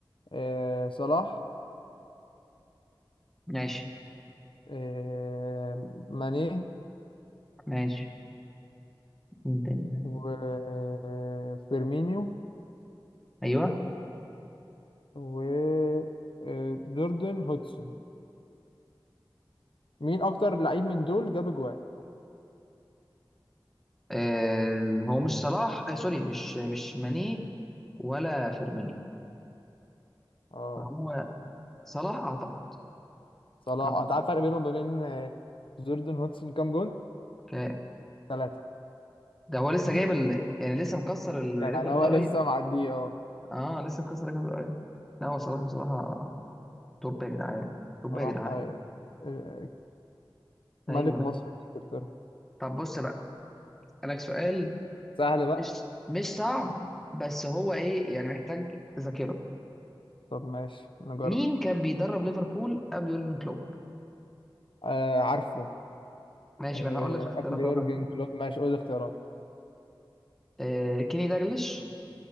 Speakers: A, on the left (about 75°); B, in the centre.
A: آه صلاح
B: ماشي
A: آه، ماني
B: ماشي مين تاني
A: وفيرمينيو
B: ايوه
A: وجوردن هودسون مين اكتر لعيب من دول جاب جوان
B: آه هو مش صلاح آه سوري مش مش ماني ولا فيرمينيو
A: اه
B: هو صلاح اعتقد
A: صلاح
B: اعتقد
A: انت عارف الفرق بينهم وبين آه، جوردن هودسون كام جون
B: ك-
A: ثلاثة
B: ده هو لسه
A: <laughs>
B: جايب ال... يعني لسه مكسر الريكورد
A: يعني هو
B: ده قريب
A: لسه معديه اه
B: اه لسه مكسر الريكورد ده قريب لا هو صلاح بصراحة توب يا جدعان توب
A: صلاح
B: يا جدعان
A: آه، آه، ملك
B: ايوه لا
A: مصر في انجلترا
B: طب بص لك سؤال
A: سهل بقى
B: مش مش صعب بس هو ايه يعني محتاج ذاكره
A: طب ماشي نجرب
B: مين كان بيدرب ليفربول قبل يورجن كلوب
A: آه عارفه
B: ماشي
A: آه
B: ما انا هقول لك الاختيارات
A: قبل يورجن
B: اهو هنشوف.
A: كلوب ماشي قول الاختيارات
B: آه كيني داجلش